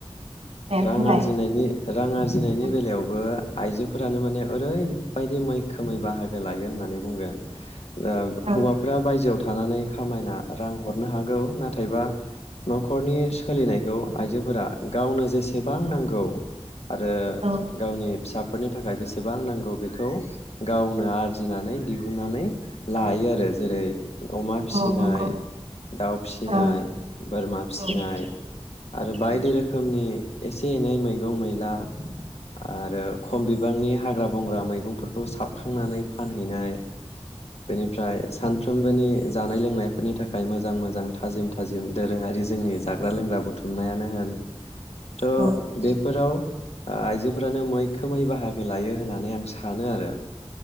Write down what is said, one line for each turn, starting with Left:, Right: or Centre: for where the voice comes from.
Right: दे
Left: रां
Right: बुंलाय
Left: आरजिनायनि रां आरजिनायनि
Right: औ
Left: बेलायावबो आइजोफोरानो माने ओरैबायदि मैखोमै बाहागो लायो होननानै बुंगोन ओ
Right: औ
Left: हौवाफ्रा बायजोआव थानानै खामायना रां हरनो हागौ ना थायबा न'खरनि सोलिनायखौ आइजोफोरा गावनो जेसे सेबां नांगौ आरो
Right: औ
Left: गावनि फिसा फोरनि थाखाय बेसेबां नांगौ बेखौ गावनो आरजिनानै दिहुननानै लायो आरो जेरै- अमा फिसिनाय
Right: औ नंगौ
Left: दाउ फिसिनाय
Right: ओ
Left: बोरमा फिसिनाय
Right: औ औ
Left: आरो बायदि
Right: औ
Left: रोखोमनि एसे एनै मैगं मैला आरो
Right: औ
Left: खम बिबांनि हाग्रा बंग्रा मैगंफोरखौ साबखांनानै फानहैनाय बेनिफ्राय सानफ्रोमबोनि जानाय लोंनायफोरनि थाखाय मोजां मोजां थाजिम थाजिम दोरोङारि जोंनि जाग्रा लोंग्रा बुथुमनायानो होन थ'
Right: औ औ
Left: बेफोराव आइजोफ्रानो मैखोमै बाहागो लायो होननानै आं सानो आरो।